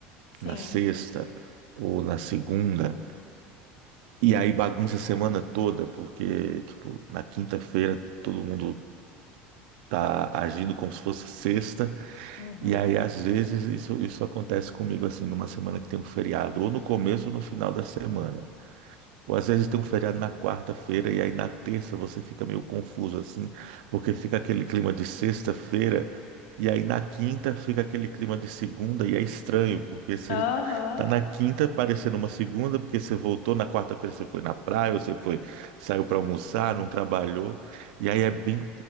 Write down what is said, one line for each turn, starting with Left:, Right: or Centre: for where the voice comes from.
Left: Sim.
Right: Na sexta ou na segunda. E aí bagunça a semana toda, porque, tipo, na quinta-feira todo mundo tá agindo como se fosse sexta.
Left: Uhum.
Right: E aí, às vezes, isso, isso acontece comigo, assim, numa semana que tem um feriado, ou no começo ou no final da semana. Ou às vezes tem um feriado na quarta-feira e aí na terça você fica meio confuso assim, porque fica aquele clima de sexta-feira e aí na quinta fica aquele clima de segunda e é estranho, porque você
Left: Aham.
Right: tá na quinta parecendo uma segunda, porque você voltou na quarta-feira, você foi na praia, ou você foi, saiu para almoçar, não trabalhou, e aí é bem,